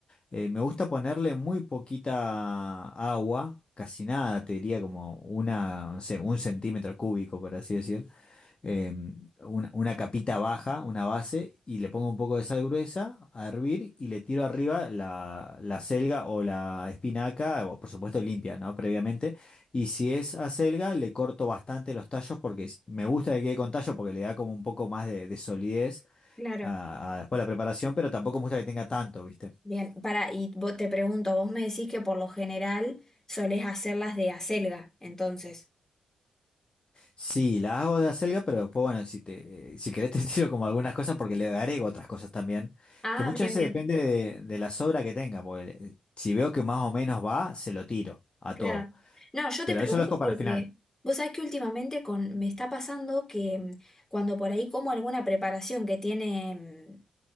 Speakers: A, on the left; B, on the left.
A: eh, me gusta ponerle muy poquita agua, casi nada, te diría como una, no sé, un centímetro cúbico, por así decir eh, una, una capita baja, una base, y le pongo un poco de sal gruesa a hervir y le tiro arriba la, la selga o la espinaca, o por supuesto limpia, ¿no? Previamente. Y si es acelga, le corto bastante los tallos porque s- me gusta que quede con tallo porque le da como un poco más de, de solidez
B: claro.
A: a, a después la preparación, pero tampoco me gusta que tenga tanto, ¿viste?
B: Bien, para, y vos- te pregunto, vos me decís que por lo general solés hacerlas de acelga, entonces.
A: Sí, la hago de acelga, pero después, bueno, si te, si querés te <laughs> tiro como algunas cosas porque le agrego otras cosas también,
B: Ah,
A: que muchas
B: bien, bien,
A: veces depende de, de la sobra que tenga, porque eh, si veo que más o menos va, se lo tiro a
B: claro.
A: todo,
B: No, yo
A: pero
B: te pregunto
A: eso lo dejo para
B: porque
A: el final.
B: vos sabés que últimamente con, me está pasando que mm, cuando por ahí como alguna preparación que tiene